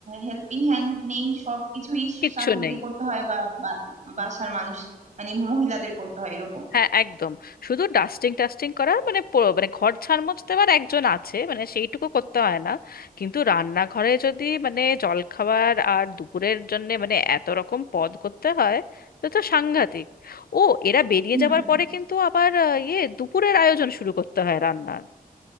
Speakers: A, on the right; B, on the left.
A: হেল্পিং হ্যান্ড নেই সবকিছুই
B: কিচ্ছু
A: শাশুড়িকে
B: নেই
A: করতে হয় বা বা- বাসার মানুষ মানে মহিলাদের করতে হয় এরকম
B: হ্যাঁ একদম শুধু ডাস্টিং টাস্টিং করা মানে প- মানে ঘর ঝাড়মোছ দেওয়ার একজন আছে মানে সেইটুকু করতে হয় না কিন্তু রান্নাঘরে যদি মানে জলখাবার আর দুপুরের জন্য মানে এত রকম পদ করতে হয় তো তো সাংঘাতিক ও এরা বেরিয়ে
A: হুম
B: যাবার পরে কিন্তু আবার আহ, ইয়ে দুপুরের আয়োজন শুরু করতে হয় রান্নার